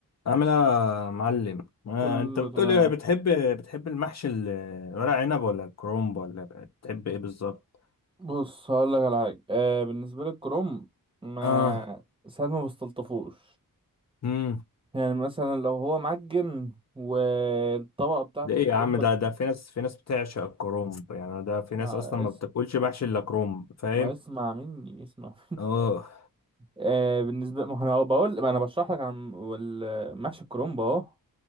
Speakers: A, on the left; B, on the right.
A: عامل ايه يا معلم آه،
B: كله
A: انت بتقولي
B: تمام
A: بتحب بتحب المحشي ال- ورق عنب ولا الكرنب ولا بتحب ايه بالظبط
B: بص هقول لك على حاجه آه بالنسبه للكروم ما
A: اه
B: ساعات ما بستلطفوش
A: امم
B: يعني مثلا لو هو معجن والطبقه بتاعه
A: ده ايه
B: الكروم
A: يا عم
B: بل...
A: ده ده في ناس في ناس بتعشق الكرنب يعني ده في
B: ما
A: ناس اصلا ما
B: اس...
A: بتاكلش محشي الا كرنب فاهم
B: ما اسمع مني اسمع
A: اه
B: آه بالنسبه ما انا بقول ما انا بشرح لك عن وال- محشي الكرومب اهو